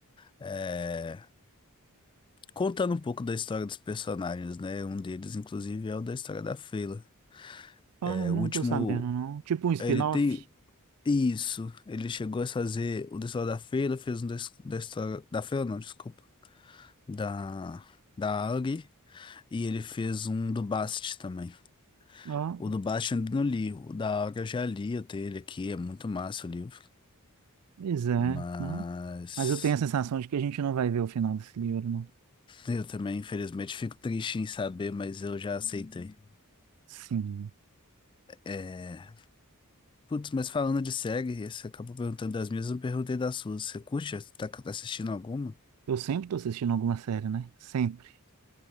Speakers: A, on the left; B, on the right.
A: é, contando um pouco da história dos personagens, né? Um deles, inclusive, é o da história da Fela. É,
B: Ó, não, não
A: o último.
B: tô sabendo, não. Tipo um spin-off.
A: Ele tem. Isso. Ele chegou a fazer o da história da Fela, fez um da, his- da história. Da Fela, não, desculpa. Da. Da Auri. E ele fez um do Bast também.
B: Ó,
A: O do Bast eu ainda não li. O da Aura eu já li, eu tenho ele aqui, é muito massa o livro.
B: pois é,
A: Mas
B: né? Mas eu tenho a sensação de que a gente não vai ver o final desse livro, não.
A: eu também, infelizmente, fico triste em saber, mas eu já aceitei.
B: Sim.
A: É... Putz, mas falando de série, você acabou perguntando das minhas, eu não perguntei das suas. Você curte? Tá, tá assistindo alguma?
B: Eu sempre tô assistindo alguma série, né? Sempre. <laughs>